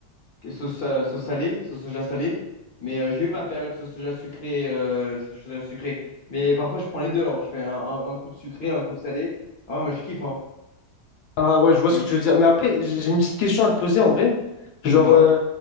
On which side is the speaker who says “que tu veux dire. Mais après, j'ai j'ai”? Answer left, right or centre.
Left